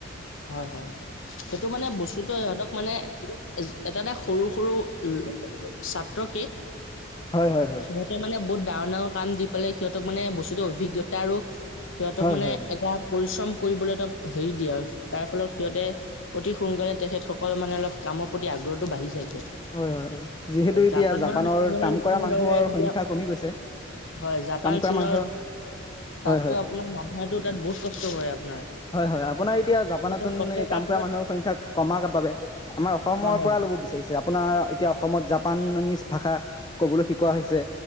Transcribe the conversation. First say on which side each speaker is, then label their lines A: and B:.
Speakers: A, on the left; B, on the left.
A: হয় হয় সেইটো মানে বস্তুতটো ইহঁতক মানে এটা এটা সৰু সৰু উম, ছাত্ৰকে
B: হয় হয় হয়
A: সিহঁতে মানে বুদ ডাঙৰ ডাঙৰ কাম দি পালে সিহঁতক মানে বস্তুতৰ অভিজ্ঞতা আৰু সিহঁতক
B: হয়
A: মানে
B: হয়
A: এটা পৰিশ্ৰম কৰিবলৈ তাক হেৰি দিয়ে আৰু। তাৰ ফলত সিহঁতে অতি সোনকালে তেখেত সকল মানে অলপ কামৰ প্ৰতি আগ্ৰহতটো বাঢ়ি যায়।
B: হয় হয় হয় যিহেতু
A: আৰু
B: এতিয়া
A: জাপানৰ চীনৰ
B: কাম
A: নিচিনাৰ
B: কৰা মানুহৰ
A: দৰে এতিয়া।
B: সংখ্যা কমি গৈছে
A: হয় জাপান
B: কাম কৰা
A: চীনৰ,
B: মানুহ
A: তাতো
B: হয় হয়
A: আপোনাৰ মানুহেতো তাত বহুত কষ্ট কৰে আপোনাৰ।
B: হয় হয় আপোনাৰ এতিয়া জাপানতন
A: সিহঁতে কষ্ট কৰাৰ
B: কাম
A: ফলত
B: কৰা মানুহৰ সংখ্যা কমাৰ বাবে আমাৰ অসমৰ
A: হয়
B: পৰা ল'ব বিচাৰিছে আপোনাৰ এতিয়া অসমত জাপান নীজ ভাষা কবলৈ শিকোৱা হৈছে